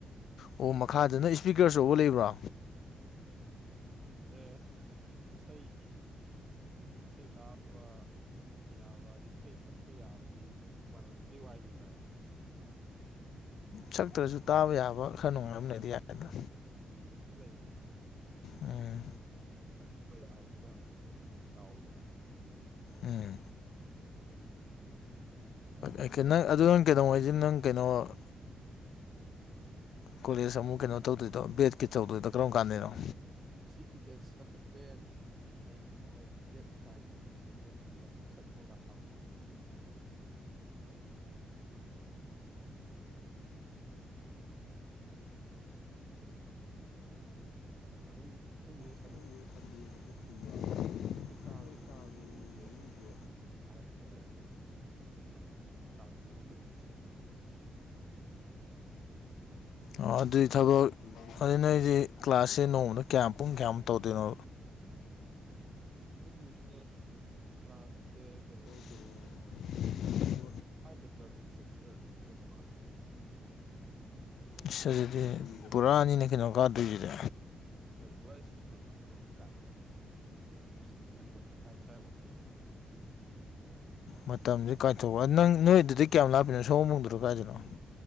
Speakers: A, on the left; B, on the right.
A: ꯑꯣ ꯃꯈꯥꯗꯅ ꯏꯁꯄꯤꯀꯔ ꯑꯆꯧꯕ ꯂꯩꯕ꯭ꯔꯣ
B: ꯑ ꯏꯁꯩ ꯏꯁꯩ ꯇꯥꯕ ꯌꯥꯕ ꯑ ꯏꯁꯩ ꯁꯛ ꯑꯩꯣꯏ ꯌꯥꯕꯗꯤ ꯏꯃꯥꯟꯅꯕꯗꯤ ꯋꯥꯏꯈꯤꯕꯅꯥꯏ
A: ꯁꯛꯇ꯭ꯔꯁꯨ ꯇꯥꯕ ꯌꯥꯕ ꯈꯔ ꯅꯨꯡꯉꯥꯏꯕꯅꯦꯗꯤ ꯌꯥꯏꯗ
B: ꯑꯗꯨꯕꯨꯗꯤ ꯂꯩꯗ
A: ꯎꯝ
B: ꯁꯛꯄ ꯌꯥꯎꯗꯨꯅ ꯆꯥꯎꯑꯣꯗꯅꯣ
A: ꯎꯝ ꯪ ꯑꯗꯨ ꯅꯪ ꯀꯩꯅꯣꯉꯩꯁꯤꯦ ꯅꯪ ꯀꯩꯅꯣ ꯀꯣꯂꯦꯖ ꯑꯃꯨꯛ ꯀꯩꯅꯣ ꯇꯧꯗꯣꯏꯗꯣ ꯕꯦꯠꯀꯤ ꯇꯧꯗꯣꯏꯗꯣ ꯀꯔꯝ ꯀꯥꯟꯗꯅꯣ
B: ꯉꯁꯤꯒ ꯗꯦꯠ ꯁꯚꯦꯟ ꯍꯌꯦꯡ ꯑꯥꯏꯠ꯫ ꯗꯦꯠ ꯅꯥꯏꯟꯃꯛꯇꯒꯤ ꯃꯣꯏꯅ ꯏꯟꯗꯛꯁꯟ ꯄ꯭ꯔꯣꯒ꯭ꯔꯥꯝ <unintelligible> <unintelligible> ꯑꯗꯨꯝ ꯈꯪꯗꯦꯗ꯫
A: <unintelligible>
B: ꯁꯨꯝ ꯃꯣꯏꯒꯤ ꯀꯥꯡ ꯃꯅꯨꯡꯁꯦ <unintelligible> <unintelligible> ꯁꯟꯗꯦ
A: ꯑꯣ ꯑꯗꯨꯏ
B: ꯅꯨꯃꯤꯠꯀꯨꯝꯕꯗꯤ
A: ꯊꯕꯛ
B: ꯍꯣꯂꯤꯗꯦꯅ
A: ꯑꯗꯨ ꯅꫭꯏꯗꯤ ꯀ꯭ꯂꯥꯁ ꯏꯦ ꯅꯣꯡꯃꯗ ꯀꯌꯥ ꯄꯨꯡ ꯀꯌꯥꯃꯨꯛ ꯇꯧꯗꯣꯏꯅꯣ꯫
B: <unintelligible>
A: <unintelligible>
B: <unintelligible> ꯏꯔꯪꯒꯤ
A: ꯏꯁ
B: ꯄꯨꯡꯁꯦ
A: ꯑꯗꯨꯗꯤ ꯄꯨꯔꯥ ꯅꯤꯅꯦ ꯀꯩꯅꯣ ꯀꯥꯗꯣꯏꯁꯤꯗꯤ꯫
B: <unintelligible> <unintelligible>
A: ꯃꯇꯝꯁꯨ ꯀꯥꯏꯊꯣꯛꯑꯣ ꯅꯪ ꯅꯣꯏꯗꯨꯗꯤ ꯀꯌꯥꯝ ꯂꯥꯛꯄꯤꯅꯣ ꯁꯨꯋꫭꯝꯕꯨꯡꯗꫠꯔꯣ ꯀꯥꯏꯗꯩꯅꯣ꯫